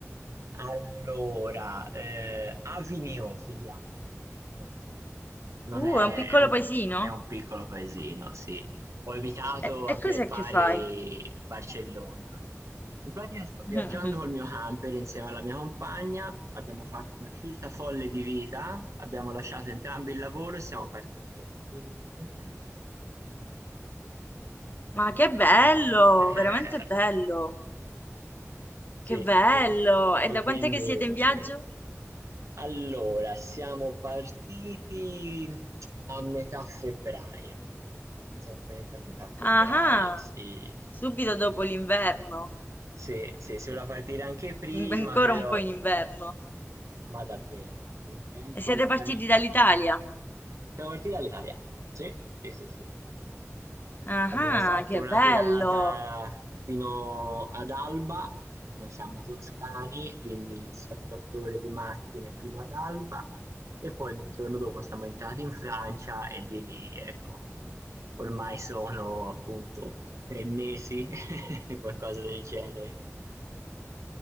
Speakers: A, on the right; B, on the left.
A: Allora, eh, Avinio si chiama il posto. Non
B: Uh,
A: è
B: è un piccolo
A: è un
B: paesino?
A: è un piccolo paesino, sì. Ho evitato
B: E,
A: a
B: e
A: piè
B: cos'è
A: pari
B: che fai?
A: Barcellona. In pratica sto
B: <laughs>
A: viaggiando col mio camper insieme alla mia compagna, abbiamo fatto una scelta folle di vita, abbiamo lasciato entrambi il lavoro e siamo partiti col abbiamo comprato un camper e siamo
B: Ma che bello,
A: partiti.
B: veramente bello,
A: <laughs> Sì,
B: che bello.
A: sì.
B: E
A: E
B: da
A: quindi
B: quant'è che siete in viaggio?
A: Allora, siamo partiti a metà febbraio, esattamente a metà febbraio,
B: Ah, ah,
A: sì, sì,
B: subito
A: sì,
B: dopo l'inverno,
A: sì, sì, sì, si voleva partire anche prima,
B: in- ancora
A: però,
B: un po' in inverno.
A: ma davvero, è un tempo...
B: E siete partiti
A: eh, no,
B: dall'Italia?
A: mm. Siamo partiti dall'Italia, sì, sì, sì, sì, sì, sì.
B: Ah,
A: Abbiamo fatto
B: ah, che
A: una
B: bello!
A: tirata fino ad Alba, noi siamo toscani, quindi 7-8 ore di macchine fino ad Alba e poi il giorno dopo siamo entrati in Francia e di lì, ecco, ormai sono appunto 3 mesi, <laughs> qualcosa del genere.